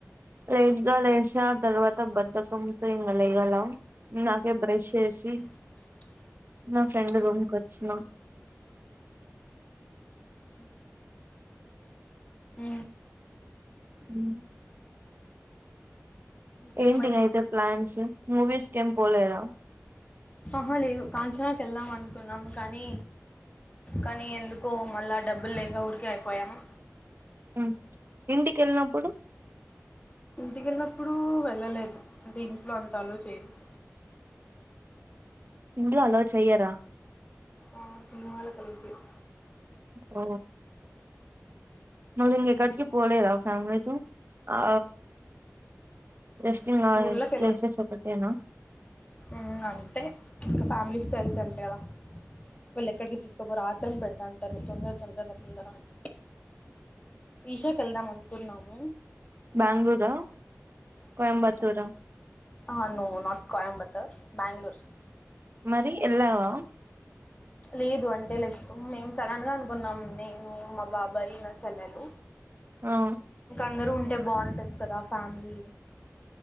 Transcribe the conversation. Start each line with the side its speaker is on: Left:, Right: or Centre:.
Right: లైట్ గా లేసా ఆ తర్వాత బద్ధకంతో ఇంకా లెయలా, ఇందాకే బ్రష్ చేసి
Left: <inaudible>
Right: నా ఫ్రెండ్ రూమ్ కి వచ్చిన
Left: ఆ ఆ
Right: ఉ
Left: ఇంకేం
Right: ఏంటిగా
Left: మరి
Right: అయితే ప్లాన్సు మూవీస్ కేమ్ పోలేదా.
Left: ఆహా లేదు కాంచనాకి వెళ్దాం అనుకున్నాం కానీ కానీ ఎందుకో మళ్ళా డబ్బులు లేక ఊరికే అయిపోయామ్.
Right: ఉ ఇంటికి వెళ్ళినప్పుడు
Left: ఇంటికి వెళ్ళినప్పుడు వెళ్ళలేదు అంటే ఇంట్లో అంతా అలోవ్ చేరు. <inaudible>
Right: ఇంట్లో అలొవ్ చేయరా
Left: ఆ సినిమాలకాలౌవ్ చేయరు
Right: ఓ మరి ఎక్కడికి పోలేదా ఫ్యామిలీతో ఆ రెస్టింగా
Left: ఊర్లోకి
Right: ప్లేసెస్ ఒక్కటేనా
Left: ఉ అంతే ఇంకా ఫ్యామిలీస్తో వెళ్తే అంతే కదా. వీళ్ళు ఎక్కడికి పిల్చుకుపోరు ఆత్రరం పెడతాంటారు తొందర తొందర తొందర అన్ ఈషాకి వెళ్దాం అనుకున్నాము
Right: బెంగళూరా కోయంబత్తూరా
Left: ఆ నో నాట్ కోయంబత్తూర్ బ్యాంగుళూర్
Right: మరి యెల్లవా
Left: లేదు అంటే లెక్ మేము సడన్ గా అనుకున్నాం, నేను మా బాబాయ్ నా చెల్లెలు
Right: ఆ
Left: అందరు ఉంటే బాగుంటది కదా ఫ్యామిలీ